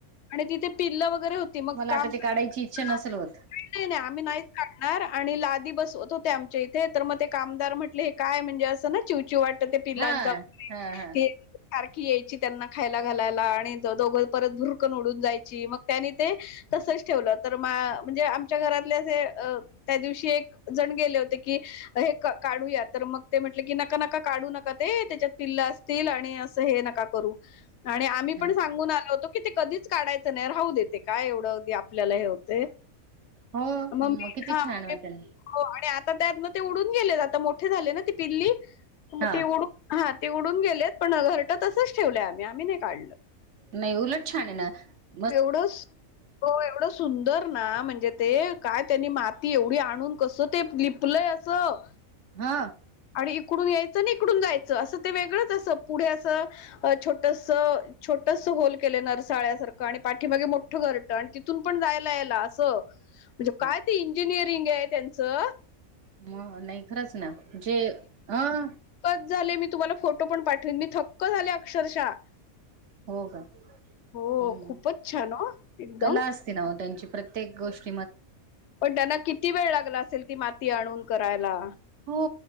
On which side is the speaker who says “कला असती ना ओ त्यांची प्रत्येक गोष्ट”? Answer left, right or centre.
Right